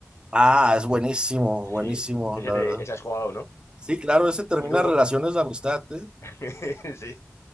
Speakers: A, on the right; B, on the left.
A: Ah, es buenísimo,
B: Sí,
A: buenísimo,
B: ese,
A: la
B: te,
A: verdad.
B: ese has jugado, ¿no?
A: Sí, claro, ese termina
B: Y luego,
A: relaciones de amistad, ¿eh?
B: <laughs> sí,